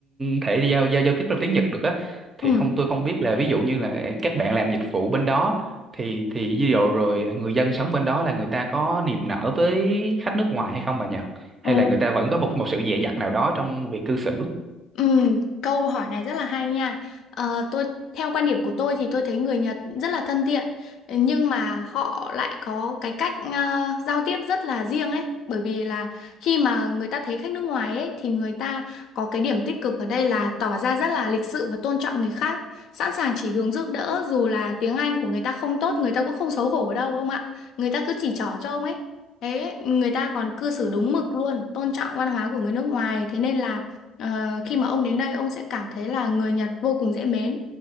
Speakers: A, on the right (about 30°); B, on the left (about 55°).
A: thể giao giao giao tiếp trong tiếng Nhật được á thì
B: ừ.
A: không tôi không biết là ví dụ như là các bạn làm dịch vụ bên đó thì thì ví dụ rồi người dân sống bên đó là người ta có niềm nở với khách nước ngoài hay không bà nhỉ? hay
B: Ồ.
A: là người ta vẫn có một một sự dè dặt nào đó trong việc cư xử
B: Ừ, câu hỏi này rất là hay nha. Ờ, tôi theo quan điểm của tôi thì tôi thấy người Nhật rất là thân thiện, nhưng mà họ lại có cái cách ờ, giao tiếp rất là riêng ấy. Bởi vì là khi mà người ta thấy khách nước ngoài ấy thì người ta có cái điểm tích cực ở đây là tỏ ra rất là lịch sự và tôn trọng người khác, sẵn sàng chỉ đường giúp đỡ dù là tiếng Anh của người ta không tốt, người ta cũng không xấu hổ đâu ông ạ. Người ta cứ chỉ trỏ cho ông ấy. Thế người ta còn cư xử đúng mực luôn, tôn trọng văn hóa của người nước ngoài. Thế nên là Ờ, khi mà ông đến đây ông sẽ cảm thấy là người Nhật vô cùng dễ mến.